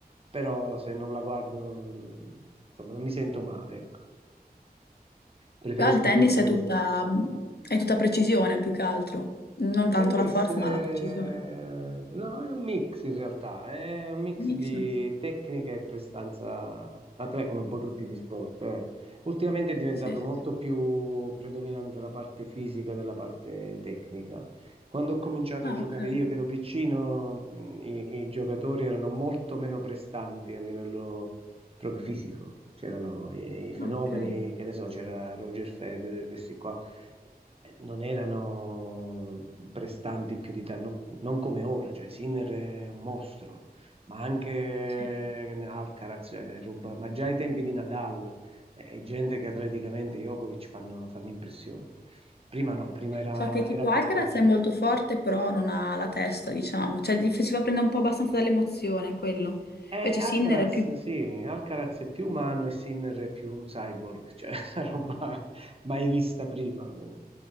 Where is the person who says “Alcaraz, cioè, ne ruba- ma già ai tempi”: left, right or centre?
Right